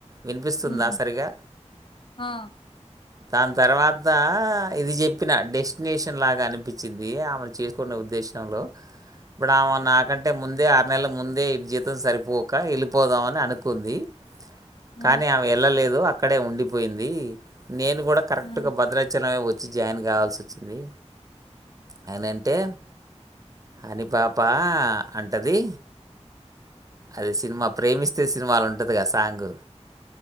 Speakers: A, on the right (about 30°); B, on the left (about 45°).
A: వినిపిస్తుందా
B: ఉమ్
A: సరిగా
B: ఆ
A: దాని తర్వాత ఇది చెప్ చెప్పిన డెస్టినేషన్ లాగా అనిపించింది ఆమె చేసుకునే ఉద్దేశం లో ఇప్పుడు ఆమె ఆ నాకంటే ముందే ఆరు నెలల ముం అదే జీతం సరిపోక ఎళ్ళిపోదామని అనుకుంది.
B: ఆ
A: కానీ అమే ఎళ్ళలేదు అ అక్కడే ఉండిపోయింది. నేను కూడా కరెక్ట్గా
B: ఆ
A: భద్రాచలం మే వ జాయిన్ కావాల్సిసోచ్చింది. నేనంటే అంటే అని పాపా అంటది అది సినిమా ప్రేమిస్తే సినిమాల ఉంటది. సాంగు